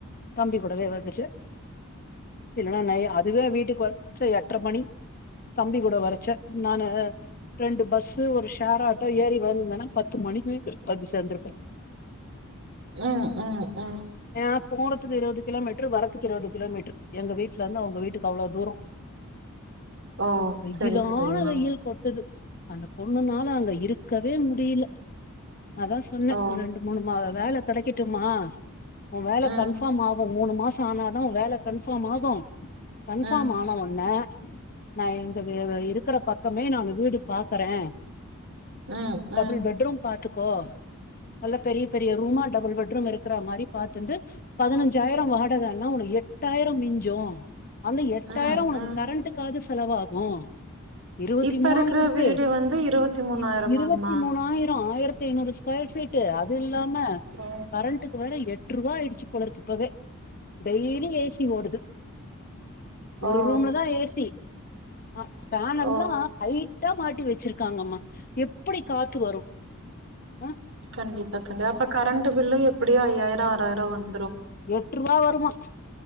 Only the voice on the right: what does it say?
ம் ம் ம்
ஓ
செரி செரிங்மா
ஓ
ம்
ம்
ம்
ம்
ம்
ம்
இப்ப
இருக்கிற
வீடு வந்து இருவத்தி மூணாயிரமாங்மா
ஓ
ஓ
ஓ
கண்டிப்பா கண்டிப்பா அப்ப கரண்டு பில்லு எப்டியோ ஐயாயிரோ ஆறாயிரோ வந்